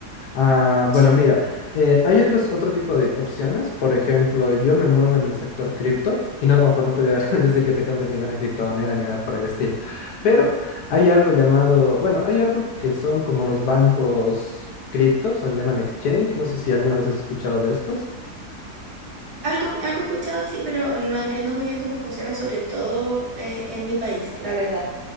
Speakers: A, on the left; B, on the right.
A: Ah, bueno,
B: sí,
A: mira, eh, hay otros, otro tipo de opciones. Por ejemplo, yo me muevo en el sector cripto. Y no, ojo, no te voy a <laughs> decir que te compres ninguna criptomoneda ni nada por el estilo. Pero hay algo llamado, bueno, hay algo que son como los bancos criptos, o le llaman exchange. No sé si alguna vez has escuchado de estos.
B: algo, algo he escuchado, sí, pero no entiendo muy bien cómo funciona, sobre todo eh, en mi país, la verdad.